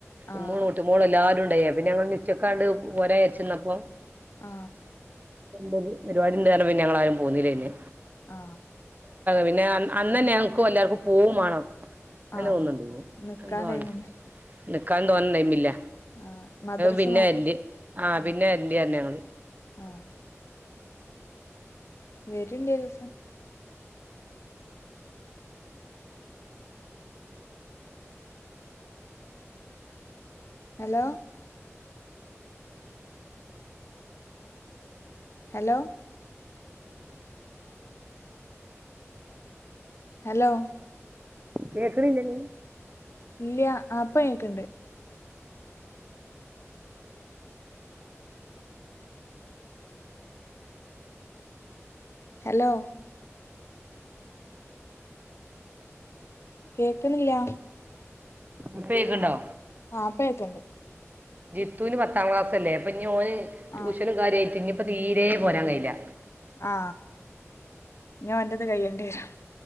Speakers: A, on the left; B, on the right.
A: ആഹ്
B: ഉമ്മും മുമ്പി മോളല്ലാവരും ഉണ്ടായിപ്പന്ന ഞങ്ങൾ ഉച്ചക്കാണ്ട് പോരച്ചെന്നപ്പോ
A: ആ.
B: എന്ത പരിപാടി ണ്ട് ന്നറിഞ്ഞപ്പോൾ ഞങ്ങൾ ആരും പോന്നുന്നില്ലേന്നെ.
A: ആ.
B: പിന്നെ അന്ന് തന്നെ ഞങ്ങൾക്കും എല്ലാവർക്കും പോവും വേണം. അങ്ങനെ
A: ആഹ്
B: തോന്നുന്നുണ്ട്
A: നിക്കാൻ
B: എന്താണ്
A: ടൈമുണ്ട്
B: നിക്കാ തോന്നൻ ടൈമില്ല.
A: ആഹ് മദ്രസ
B: പിന്നെ വരണ്ട് ആ പിന്നെ
A: ആഹ്
B: വരണ്ട്ന്ന് പറഞ്ഞിന്നു
A: ആഹ് വരില്ലേ ഒരുസം? ഹലോ? ഹലോ? ഹലോ?
B: കേക്കണില്ലേ നീ?
A: ഇല്ല. ഇപ്പ കേക്കണ്ട്. ഹലോ? കേൾക്കണില്ല.
B: ഇപ്പകേക്കണ്ണ്ടോ?
A: ആ ഇപ്പാ കേക്കണ്ണ്ട്.
B: ജിത്തുന് പത്താം ക്ലാസ് അല്ലേ അപ്പൊ ഓന് ട്യൂഷനും
A: ആഹ്
B: കാര്യമായിട്ട് ഇ ഇപ്പൊ തീരെ പോരാൻ കഴിയില്ല.
A: ആ ഇനി ഓൻ്റേത് കയ്യേണ്ടി വരും.